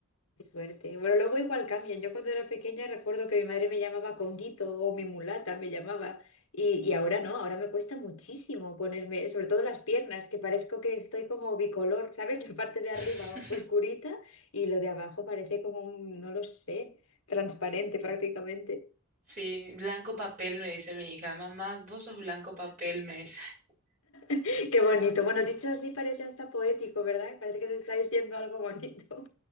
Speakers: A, on the left; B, on the right.
A: Qué suerte. Bueno, luego igual cambian. Yo cuando era pequeña recuerdo que mi madre me llamaba Conguito o mi mulata me llamaba. Y, y ahora no, ahora me cuesta muchísimo ponerme, sobre todo las piernas, que parezco que estoy como bicolor, ¿sabes? <laughs> La parte de arriba
B: <laughs>
A: oscurita y lo de abajo parece como un, no lo sé, transparente prácticamente.
B: Sí, blanco papel, me dice mi hija. Mamá, vos sos blanco papel, me dice. <laughs>
A: <laughs> Qué bonito. Bueno, dicho así parece hasta poético, ¿verdad? Parece que te está diciendo algo bonito.